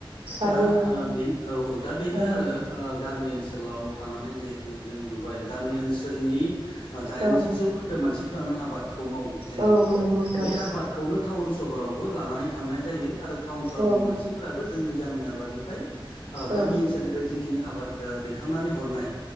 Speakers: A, on the left; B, on the right.
A: दा
B: आरो
A: औ औ दा बेनो
B: औ
A: आरो गामि ओनसोलाव थानानै जिहेथु जों नुबाय गामि ओनसोलनि दाइनजि
B: औ
A: जौखोन्दो मानसिफ्रानो आबादखौ मावो जेनेबा
B: औ औ नंगौ नोंथां
A: बे आबादखौनो टाउन सहरावबो लानानै थांनाय जायो, आरो टाउन सहरनि
B: औ
A: मानसिफोराबो जोंनि गामि आबाद निफ्राय ओ
B: औ
A: गामि ओनसोलनिफ्राय जिखिनि आबाद ओ दैखांनानै हरनाय